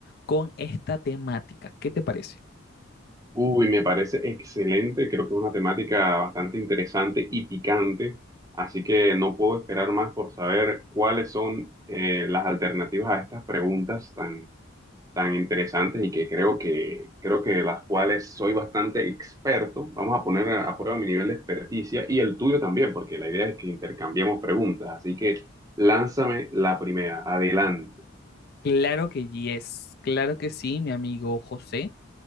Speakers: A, on the left; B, on the right.
A: con esta temática. ¿Qué te parece?
B: Uy, me parece excelente, creo que es una temática bastante interesante y picante, así que no puedo esperar más por saber cuáles son eh, las alternativas a estas preguntas tan, tan interesantes y que creo que, creo que las cuales soy bastante experto. Vamos a poner a, a prueba mi nivel de experticia y el tuyo también, porque la idea es que intercambiemos preguntas, así que lánzame la primera, adelante.
A: Claro que yes, claro que sí, mi amigo José.